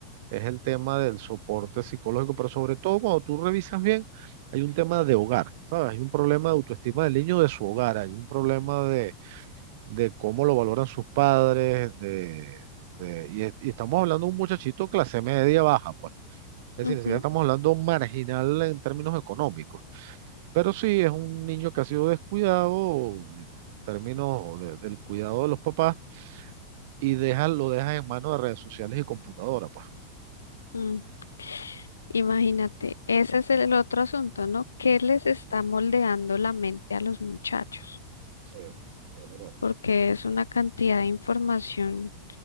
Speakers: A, on the right (about 50°); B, on the left (about 70°).
A: es el tema del soporte psicológico, pero sobre todo cuando tú revisas bien, hay un tema de hogar, ¿sabes? Hay un problema de autoestima del niño de su hogar, hay un problema de de cómo lo valoran sus padres, de, de- y, es- y estamos hablando de un muchachito clase media baja, pues. Es
B: Ujú,
A: decir, ni siquiera estamos hablando marginal en términos económicos, pero sí es un niño que ha sido descuidado en términos de- del cuidado de los papás y deja, lo deja en manos de redes sociales y computadora, pues.
B: mm. Imagínate, ese es el otro asunto, ¿no? ¿Qué les está moldeando la mente a los muchachos?
A: Sí, es verdad.
B: Porque es una cantidad de información